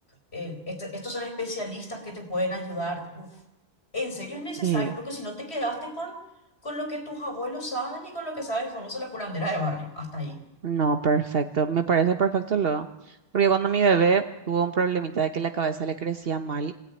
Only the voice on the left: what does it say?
eh, este- estos son especialistas que te pueden ayudar. Uf, en serio es necesario,
porque si no te quedaste con, con lo que tus abuelos saben y con lo que sabe el famoso la curandera de barrio. Hasta ahí.